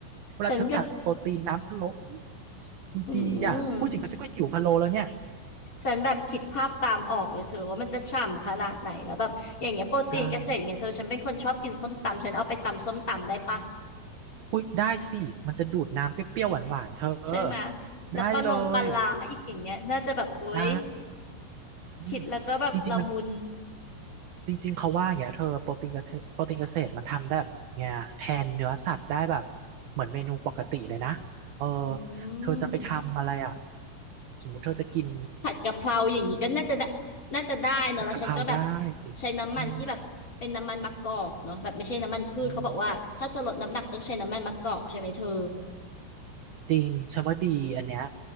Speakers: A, on the right; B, on the left.
A: เวลาเธอกัดโปรตีนน้ำพะโล้อืม
B: ฉันแบบ
A: มันดีอ่ะพูดถึงก็ฉันก็หิวพะโล้แล้วเนี่ย
B: อืมฉันแบบคิดภาพตามออกเลยเธอว่ามันจะฉ่ำขนาดไหนแล้วแบบอย่างเงี้ยโปรตีนเกษตรเนี่ยเธอฉันเป็นคนชอบกินส้มตำฉันเอาไปตำส้มตำได้ปะ
A: ใช่อุ้ยได้สิมันจะดูดน้ำเปรี้ยวๆหวานๆเธอ
B: ใช่ไหมแล้วปลาลงปลาลาอีกอย่างเงี้ยน่าจะแบบโอ๊ย
A: ได้เลยได้อืม
B: คิดแล้วก็แบบละมุน
A: จริงๆมัน จริงๆเขาว่าอย่างเงี้ยเธอโปรตีนเกษตรโปรตีนเกษตรมันทำได้แบบเงี้ยแทนเนื้อสัตว์ได้แบบเหมือนเมนูปกติเลยนะเออ
B: อื
A: เธอจะไปทำอะไรอ่ะ
B: ม
A: สมมุติเธอจะกิน
B: ผัดกะเพราอย่างนี้ก็น่าจะได้น่าจะได้เนอะแล้วฉันก็แบบ
A: ผัดกะเพราได้
B: ใช้น้ำมันที่แบบเป็นน้ำมันมะกอกเนาะแบบไม่ใช่น้ำมันพืชเขาบอกว่าถ้าจะลดน้ำหนักต้องใช้น้ำมันมะกอกใช่ไหมเธอ
A: ใช่อืมจริงฉันว่าดีอันเนี้ย